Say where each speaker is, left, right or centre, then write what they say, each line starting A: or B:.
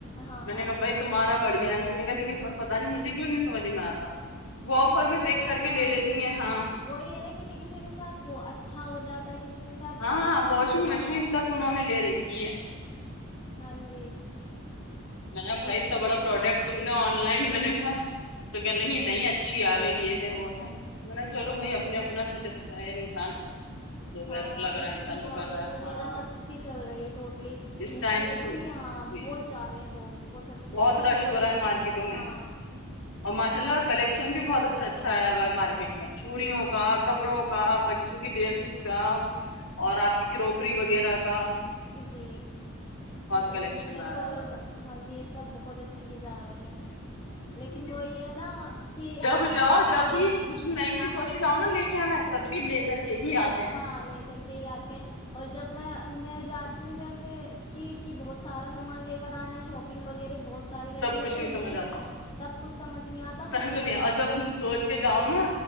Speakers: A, on the left; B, on the left.
A: ہاں
B: میں نے کہا
A: یہ
B: بھائی تمہارا بڑی میں نے کہا لیکن پر پتا نہیں مجھے کیوں نہیں سمجھ میں آتا وہ آفر
A: کہ وہی
B: میں
A: ہے
B: دیکھ
A: نا
B: کر کے لے
A: ہاں
B: لیتی ہیں ہاں
A: وہی ہے نا کسی کسی کے ساتھ ہو اچھا ہو جاتا ہے کسی کے ساتھ
B: ہاں ہاں
A: ایسا
B: واشنگ
A: ہو جاتا
B: مشین
A: ہے
B: تک انہوں نے لے رہی یہ
A: ہاں جی
B: میں نے
A: اور
B: بھائی
A: اس
B: اتنا
A: ٹائم
B: بڑا پروڈکٹ
A: پہ
B: تم نے آن لائن میں نے کہا تو کیا نہیں نہیں ہی اچھی آ گئی یہ ہے وہ ہے میںا چلو
A: ہاں
B: کو اپنے اپنا سیٹس انسان جو بیسٹ
A: ہاں
B: لگ
A: عید
B: رہا ہے انسان
A: کی شاپنگ
B: وہ کر رہا ہے
A: وغیرہ
B: ہاں
A: سب کی چل رہی ہے ٹوٹلی
B: اس
A: دھوپ
B: ٹائم
A: میں
B: تو
A: بھی
B: جی
A: ہاں بہت
B: جی جی
A: جا رہے ہیں لوگ حد سے
B: بہت
A: زیادہ
B: رش ہو رہا ہے مارکیٹوں
A: ہاں
B: میں اور ماشاء اللہ کلیکشن بھی بہت اچھا اچھا آیا ہے مارکیٹ میں چوڑیوں
A: ہاں
B: کا کپڑوں کا بچ جوک ڈریسیز کا اور آپ کی کروکری وغیرہ کا
A: جی
B: بہت
A: سینڈلس
B: کلیکشن
A: وغیرہ
B: آیا ہوا
A: ہاں یہ سب بہت اچھی چیز آ رہی ہیں
B: ہے
A: لیکن
B: جی
A: وہ یہ نا کہ
B: جب
A: ہم
B: جاؤ جب بھی کچھ نہیں بھی سوچ جاؤ نا لے کے آنا ہے تب بھی لے کر کے ہی آتے ہیں
A: ہاں لے کر کے ہی آتے ہیں اور جب میں میں جاتی ہوں جیسے کہ کہ بہت سارا سامان لے کر آنا ہے شاپنگ وغیرہ بہت ساری کرنی
B: سب کچھ
A: ہے تو
B: نہیں سمجھ آتاب
A: تب کچھ سمجھ نہیں آتا پھر ہوتی
B: نہیں اور
A: بھی
B: جب
A: ہے
B: سوچ کے جاؤ نا